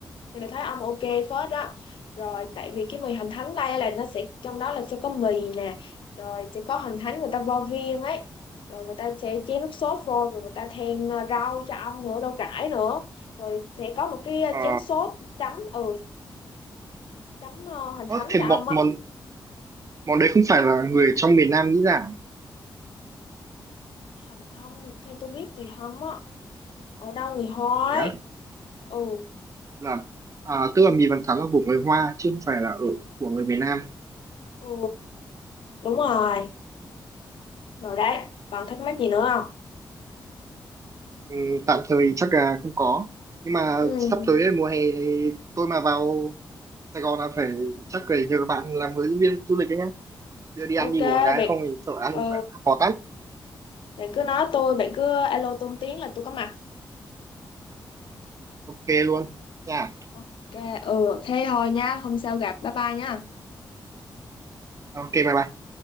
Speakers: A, on the left; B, on the right.
A: nên là thấy ông ok phết đó rồi tại vì cái mì hành thánh đây là nó sẽ trong đó là sẽ có mì nè rồi sẽ có hành thánh người ta vo viên ấy rồi người ta sẽ chế nước sốt vô rồi người ta thêm ờ, rau cho ông nữa rau cải nữa rồi sẽ có một cái ờ,
B: ờ.
A: chén sốt chấm ừ chấm ờ, hành
B: Ơ,
A: thánh
B: thì
A: cho ông
B: món,
A: á
B: món, món
A: ừ,
B: đấy không phải là người trong miền Nam nghĩ ra. à?
A: hành thông theo tôi biết thì không á ở đâu người hói
B: Thế á?
A: ừ
B: Là, à, tức là mì Văn Thắn là của người Hoa, chứ không phải là ở của người miền Nam.
A: ừ đúng rồi rồi đấy còn thắc mắc gì nữa không
B: Ừ, tạm thời chắc là không có nhưng mà
A: ừ
B: sắp tới đây, mùa hè thì tôi mà vào Sài Gòn là phải chắc phải nhờ bạn làm hướng dẫn viên du lịch đấy nhá đưa đi
A: ok
B: ăn đi uống cái
A: bạn
B: không thì sợ ăn
A: ừ
B: phải khó tắt
A: bạn cứ nói tôi bạn cứ alo tôi một tiếng là tôi có mặt
B: ok luôn nha
A: ok ừ thế thôi nha hôm sau gặp bye bye nha
B: ok bye bye